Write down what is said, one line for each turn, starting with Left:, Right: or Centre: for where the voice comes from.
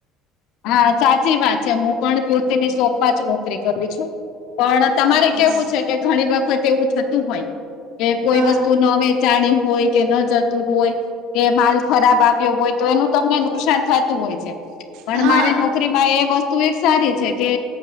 Left: હા સાચી વાત છે. હું પણ કુર્તીની શોપમાં જ નોકરી કરું છું. પણ
Right: હા
Left: તમારે
Right: બરાબર
Left: કેવું છે કે ઘણી વખત એવું થતું હોય કે કોઈ
Right: હા
Left: વસ્તુ નવે જાણી હોય કે ન જતું હોય કે માલ ખરાબ આવ્યો હોય તો એનું તમને નુકસાન થાતું હોય છે. પણ
Right: હા
Left: મારી નોકરી માં એ વસ્તુ એક સારી છે કે